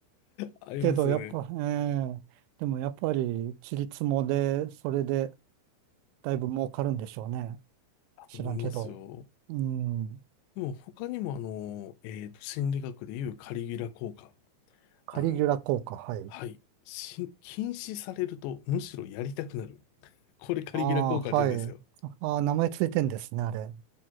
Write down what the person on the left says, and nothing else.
ありますよね。
だと思いますよ。
でも他にもあの、えっと、心理学でいうカリギュラ効果。
あの、
はい。し、禁止されるとむしろやりたくなる。これカリギュラ効果って言うんですよ。